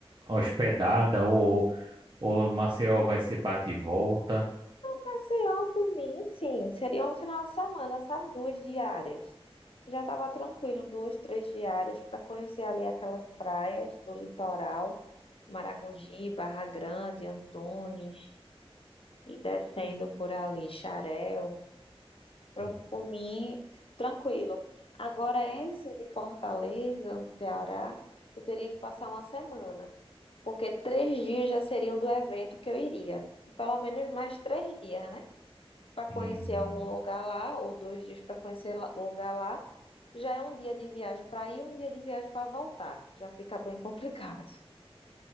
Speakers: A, on the right (about 50°); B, on the left (about 65°).
A: Hospedada ou, ou Maceió vai ser bate e volta?
B: Maceió, por mim, assim, seria um final de semana, sabe? Duas diárias. Já tava tranquilo, duas, três diárias para conhecer ali aquelas praias do litoral, Maragogi, Barra Grande, Antunes, e descendo por ali, Xarel. Por,
A: Hum,
B: por mim, tranquilo. Agora, esse de Fortaleza, no Ceará, eu teria que passar uma semana, porque três dias já seriam do evento que eu iria. E Pelo menos mais três dias, né? Para conhecer
A: hum.
B: algum lugar lá, ou dois dias para conhecer lá- o lugar lá. Já é um dia de viagem para ir, um dia de viagem para voltar. Já fica bem complicado,